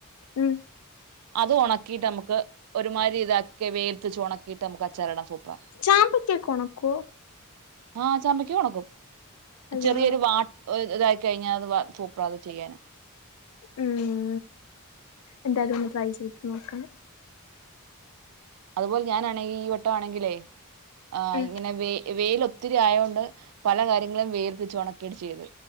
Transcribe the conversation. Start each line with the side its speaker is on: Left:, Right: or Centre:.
Left: ഉം
Right: അത് ഒണക്കീട്ട് നമ്മക്ക് ഒരുമാതിരി ഇതാക്കി വേൽത്തെച്ച് ഒണക്കീട്ട് നമുക്ക് അച്ചാറിടാൻ സൂപ്പറാ
Left: ചാമ്പക്കൊക്കെ ഒണക്കുവോ
Right: ആ ചാമ്പക്കേം ഒണക്കും
Left: അയ്യോ
Right: ചെറിയൊരു വാ ഇതായി കഴിഞ്ഞാ അത് പ്രത് ചെയ്യാന്
Left: ഉം എന്തായാലും ഒന്ന് ട്രൈ ചെയ് നോക്കണം
Right: അതുപോെലെ ഞാനാണെങ്കി ഈ വട്ടമാണെങ്കിലേ ആ
Left: ഉം
Right: ഇങ്ങനെ വെ വെയിൽ ഒത്തിരി ആയോണ്ട് പല കാര്യങ്ങളും വെയ്ല ച്ചെ ഒണക്കിട്ട് ചെയ്ത്